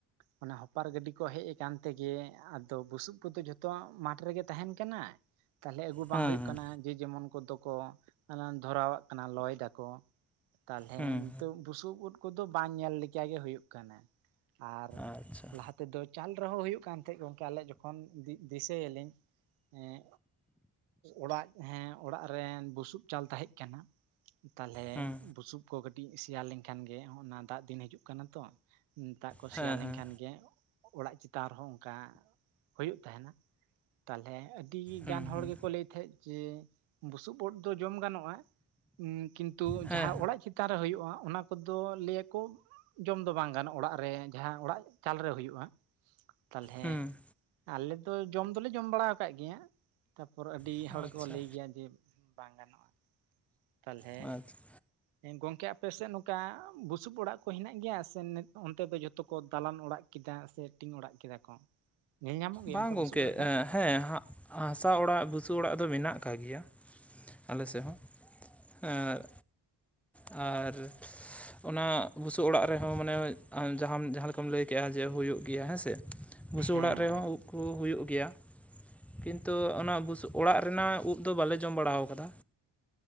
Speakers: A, on the right (about 85°); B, in the centre.
A: ᱚᱱᱟ ᱦᱚᱯᱟᱨ ᱜᱟᱹᱰᱤ ᱠᱚ ᱦᱮᱡ ᱟᱠᱟᱱ ᱛᱮᱜᱮ ᱟᱫᱚ ᱵᱩᱥᱩᱵ ᱠᱚᱫᱚ ᱡᱷᱚᱛᱚᱣᱟᱜ ᱢᱟᱴᱷ ᱨᱮᱜᱮ ᱛᱟᱦᱮᱱ ᱠᱟᱱᱟ, ᱛᱟᱦᱞᱮ ᱟᱹᱜᱩ ᱵᱟᱝ
B: ᱦᱩᱸ
A: ᱦᱩᱭᱩᱜ ᱠᱟᱱᱟ ᱡᱮ ᱡᱮᱢᱚᱱ ᱠᱚᱫᱚ ᱠᱚ ᱫᱷᱚᱨᱟᱣᱟᱜ ᱠᱟᱱᱟ ᱞᱚᱭ ᱫᱟᱠᱚ᱾ ᱛᱟᱞᱦᱮ
B: ᱦᱩᱸ ᱦᱩᱸ
A: ᱱᱤᱛᱚᱜ ᱵᱩᱥᱩᱵ ᱩᱫ ᱠᱚᱫᱚ ᱵᱟᱝ ᱧᱮᱞ ᱞᱮᱠᱟ ᱜᱮ ᱦᱩᱭᱩᱜ ᱠᱟᱱᱟ᱾ ᱟᱨ,
B: ᱟᱪᱪᱷᱟ
A: ᱞᱟᱦᱟ ᱛᱮᱫᱚ ᱪᱟᱞ ᱨᱮᱦᱚᱸ ᱦᱩᱭᱩᱜ ᱠᱟᱱ ᱛᱟᱦᱮᱸᱫ ᱜᱚᱝᱠᱮ ᱟᱞᱮ ᱡᱚᱠᱷᱚᱱ ᱫᱤ ᱫᱤᱥᱟᱹᱭᱟᱞᱤᱧ ᱮᱸ ᱚᱲᱟᱜ ᱦᱮᱸ ᱚᱲᱟᱜ ᱨᱮᱱ ᱵᱩᱥᱩᱵ ᱪᱟᱞ ᱛᱟᱦᱮᱸᱡ ᱠᱟᱱᱟ ᱛᱟᱞᱦᱮ
B: ᱦᱩᱸ
A: ᱵᱩᱥᱩᱵ ᱠᱚ ᱠᱟᱹᱴᱤᱡ ᱥᱮᱭᱟ ᱞᱮᱱᱠᱷᱟᱱ ᱜᱮ ᱚᱱᱟ ᱫᱟᱜ ᱫᱤᱱ ᱦᱤᱡᱩᱜ ᱠᱟᱱᱟ ᱛᱚ ᱫᱟᱜ ᱠᱚ
B: ᱦᱮᱸ
A: ᱥᱮᱭᱟ ᱞᱮᱱᱠᱷᱟᱱ
B: ᱦᱮᱸ
A: ᱜᱮ ᱚᱲᱟᱜ ᱪᱮᱛᱟᱱ ᱨᱮᱦᱚᱸ ᱚᱝᱠᱟ ᱦᱩᱭᱩᱜ ᱛᱟᱦᱮᱱᱟ ᱾ ᱛᱟᱞᱦᱮ ᱟᱹᱰᱤ
B: ᱦᱩᱸ
A: ᱜᱟᱱ ᱦᱚᱲ
B: ᱦᱩᱸ
A: ᱜᱮ ᱠᱚ ᱞᱟᱹᱭ ᱛᱟᱦᱮᱸᱜ ᱡᱮ ᱵᱩᱥᱩᱵ ᱩᱫ ᱫᱚ ᱡᱚᱢ ᱜᱟᱱᱚᱜᱼᱟ, ᱩᱸ ᱠᱤᱱᱛᱩ
B: ᱦᱮᱸ
A: ᱡᱟᱦᱟᱸ ᱚᱲᱟᱜ ᱪᱮ ᱛᱟᱱ ᱨᱮ ᱦᱩᱭᱩᱜᱼᱟ ᱚᱱᱟ ᱠᱚᱫᱚ ᱞᱟᱹᱭᱟᱠᱚ ᱡᱚᱢ ᱫᱚ ᱵᱟᱝ ᱜᱟᱱᱚᱜᱼᱟ ᱚᱲᱟᱜ ᱨᱮ ᱡᱟᱦᱟᱸ ᱚᱲᱟᱜ ᱪᱟᱞᱨᱮ ᱦᱩᱭᱩᱜᱼᱟ ᱛᱟᱞᱦᱮ
B: ᱦᱩᱸ
A: ᱟᱞᱮ ᱫᱚ ᱡᱚᱢ ᱫᱚᱞᱮ ᱡᱚᱢ ᱵᱟᱲᱟ ᱟᱠᱟᱜ ᱜᱮᱭᱟ ᱛᱟᱯᱚᱨ ᱟᱹᱰᱤ
B: ᱦᱩᱸ
A: ᱦᱚᱲᱠᱚ
B: ᱟᱪᱪᱷᱟ
A: ᱞᱟᱹᱭ ᱜᱮᱭᱟ ᱡᱮ ᱵᱟᱝ ᱜᱟᱱᱚᱜᱼᱟ ᱛᱟᱞᱦᱮ
B: ᱟᱪᱪᱷᱟ
A: ᱦᱮᱸ ᱜᱚᱝᱠᱮ ᱟᱯᱮᱥᱮᱫ ᱱᱚᱝᱠᱟ ᱵᱩᱥᱩᱵ ᱚᱲᱟᱜ ᱠᱚ ᱦᱮᱱᱟᱜ ᱜᱮᱭᱟ ᱥᱮ ᱱᱮ ᱚᱱᱛᱮ ᱫᱚ ᱡᱚᱛᱚ ᱠᱚ ᱫᱟᱞᱟᱱ ᱚᱲᱟᱜ ᱠᱮᱫᱟ ᱥᱮ ᱴᱤᱝ ᱚᱲᱟᱜ ᱠᱮᱫᱟ ᱠᱚ? ᱧᱮᱞ ᱧᱟᱢᱚᱜ ᱜᱮᱭᱟ
B: ᱵᱟᱝ
A: ᱚᱱᱠᱟ
B: ᱜᱚᱝᱠᱮ
A: ᱵᱩᱥᱩᱵ ᱚᱲᱟᱜ ᱠᱚ?
B: ᱦᱮᱸ ᱦᱟᱸᱜ ᱦᱟᱥᱟ ᱚᱲᱟᱜ ᱵᱩᱥᱩᱵ ᱚᱲᱟᱜ ᱫᱚ ᱢᱮᱱᱟᱜ ᱟᱠᱟᱜ ᱜᱮᱭᱟ᱾ ᱟᱞᱮ ᱥᱮᱫ ᱦᱚᱸ ᱮᱸ ᱟᱨ <inaudible> ᱚᱱᱟ ᱵᱩᱥᱩᱵ ᱚᱲᱟᱜ ᱨᱮᱦᱚᱸ ᱢᱟᱱᱮ ᱟᱢ ᱡᱟᱦᱟᱸᱢ ᱡᱟᱦᱟᱸ ᱞᱮᱠᱟᱢ ᱞᱟᱹᱭ ᱠᱮᱜᱼᱟ ᱡᱮ ᱦᱩᱭᱩᱜ ᱜᱮᱭᱟ ᱦᱮᱸ ᱥᱮ ᱵᱩᱥᱩᱵ
A: ᱦᱮᱸ
B: ᱚᱲᱟᱜ ᱨᱮᱦᱚᱸ
A: ᱦᱮᱸ
B: ᱩᱫ ᱠᱚ ᱦᱩᱭᱩᱜ ᱜᱮᱭᱟ ᱠᱤᱱᱛᱩ, ᱚᱱᱟ ᱵᱩᱥᱩᱵ ᱚᱲᱟᱜ ᱨᱮᱱᱟᱜ ᱩᱫ ᱫᱚ ᱵᱟᱞᱮ ᱡᱚᱢ ᱵᱟᱲᱟᱣ ᱠᱟᱫᱟ